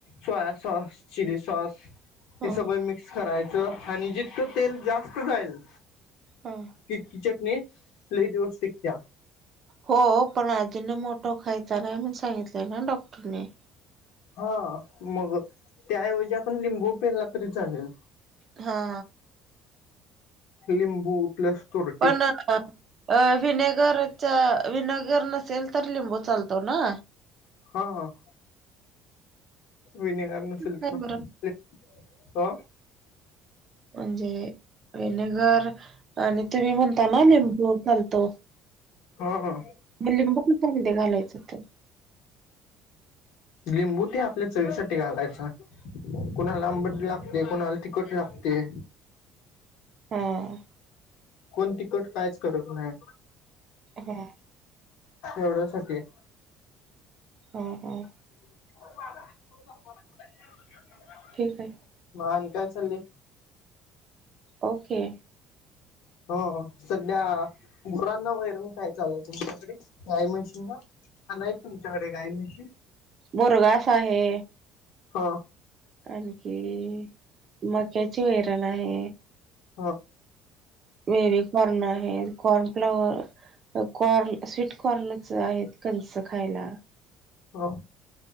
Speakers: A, on the left; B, on the right.
A: सोया सॉस चली सॉस
B: हा
A: हे सब मिक क्स करायचं आणि जितकं तेल जास्त जाईल.
B: हा.
A: तितकी चटणी लई दिवस टिकत्या.
B: हो पण आजीनोमोटो खायचा नाही म्हणुन सांगितलंय ना डॉक्टरने.
A: हा. मग त्याऐवजी आपण लिंबू पेळला तरी चालेल.
B: हा.
A: लिंबु. प्लस <unintelligible>
B: पण अ -- अ व्हिनेगरच व्हिनेगर नसेल तर लिंबू चालतो ना.
A: हा. हा. व्हिनेगर नसेल
B: काय
A: तर मगं
B: बरं
A: लिंबु चालतो.
B: म्हणजे विनेगर आणि तुम्ही म्हणता ना लिंबू चालतो.
A: हा. हा.
B: मग लिंबू कशासाठी घालायचं त्यात?
A: लिंबू ते आपल्या चवीसाठी घालायचा. कोणाला आंबट लागते. कोणाला तिखट लागते.
B: हा.
A: कोण तिकट कायच करत नाही.
B: हा
A: एवढ्यासाठी.
B: हं. ह.
A: <inaudible>
B: ठीक हाय.
A: म आणि काय चालयं?
B: ओके.
A: हो. हो. सध्या गुरांना वैरन काय चालुयं तुमच्याकडे गाईम्हशिंना? का नाही तुमच्याकडे गाईम्हशी?
B: बोरगास आहे
A: हो.
B: आणखी मक्याची वैरण आहे.
A: हा.
B: वेरी कॉर्न आहे. कॉर्न फ्लावर कॉर्न स्वीट कॉर्नच आहेत. कंस खायला.
A: हो.